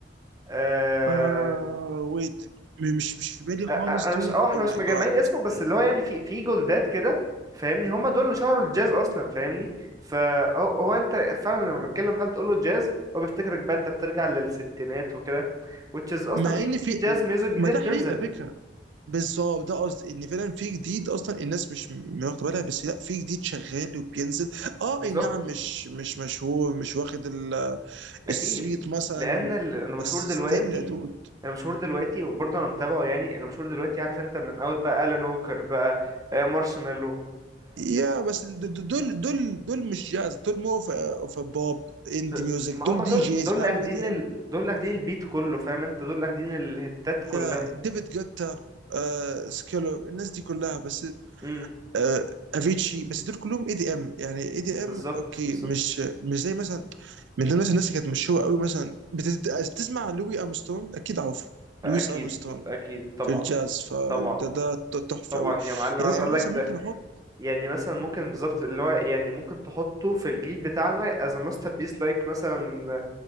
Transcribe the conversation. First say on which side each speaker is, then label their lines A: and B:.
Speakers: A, on the right (about 20°); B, on the right (about 80°).
A: آه
B: آه ويت م- مش مش في بالي
A: آه،
B: خالص
A: انا
B: دود
A: مش اه احنا
B: او
A: مش
B: ماي
A: مجمعين
B: جاد
A: اسمه بس اللي هو يعني في في جولدات كده فاهمني هما دول اللي شهروا الجاز اصلا فاهمني فهو هو انت فعلا لما بتكلم حد تقول له جاز هو بيفتكرك بقى انت بترجع للستينات وكده which is اصلا
B: مع
A: في
B: ان في
A: في جاز ميوزك جديده
B: ما ده
A: بتنزل
B: حقيقه فكره بالظبط ده قصدي ان فعلا في جديد اصلا الناس مش م- واخده بالها بس لا في جديد شغال وبينزل اه
A: بالظبط
B: اي نعم مش مش مشهور مش واخد ال-
A: اكيد
B: الصيت مثلا
A: لان ال- المشهور
B: بس
A: دلوقتي
B: ستيل يا دود
A: المشهور دلوقتي وبرضه انا متابعه يعني المشهور دلوقتي عارف انت من اول بقى الان ووكر بقى آه، مارشميلو
B: يا بس د- د- دول دول دول مش جاز دول مو اوف بوب اندي
A: د-
B: ميوزك
A: ما
B: دول
A: هما
B: دي
A: دول
B: جيز
A: دول
B: بيلعبوا
A: اللي اخدين
B: اي دي ام
A: ال... دول اللي اخدين البيت كله فاهم انت دول اللي اخدين الهتات كلها
B: يا ديفيد جوتا آه سكيلر الناس دي كلها بس
A: امم
B: آه، افيتشي بس دول كلهم اي دي ام يعني اي دي
A: بالظبط
B: ام اوكي
A: بالظبط
B: مش مش زي مثلا من ضمن مثلا الناس اللي كانت مشهوره قوي مثلا بتت- بتسمع لوي ارمسترونج اكيد عارفه
A: اكيد
B: لويس ارمسترونج
A: اكيد طبعا
B: في الجاز فده
A: طبعا
B: ده ده تحفه
A: طبعا
B: قوي
A: يا معلم
B: يعني
A: عايز
B: يعني
A: اقول لك
B: مثلا
A: ده
B: ممكن احط
A: يعني مثلا ممكن بالظبط اللي هو يعني ممكن تحطه في الجيل بتاعنا as a masterpiece like مثلا